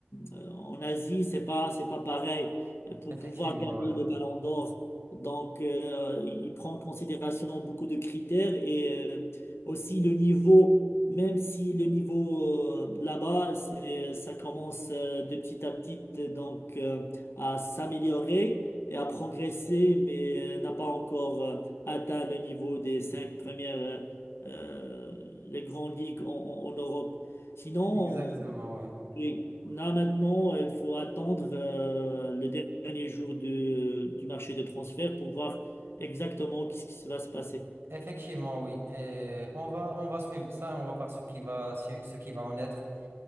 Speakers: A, on the left; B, on the right.
A: euh, en Asie, c'est pas c'est pas pareil pour
B: Effectivement,
A: pouvoir gagner
B: ouais.
A: le Ballon d'Or. Donc euh, il prend en considération beaucoup de critères et euh, aussi le niveau même si le niveau euh, là-bas, c'est- ça commence euh, de petit à petit euh, donc euh, à s'améliorer et à progresser, mais euh, n'a pas encore euh, atteint le niveau des cinq premières euh, euh, les grandes ligues en, en- en Europe. Sinon,
B: Exactement,
A: on-
B: ouais.
A: oui, là maintenant, il faut attendre euh, le dernier jour de- du marché des transferts pour voir exactement ce qui va se passer.
B: Effectivement, oui. Et on va, on va suivre ça et on va voir ce qui va, su- ce qui va en être.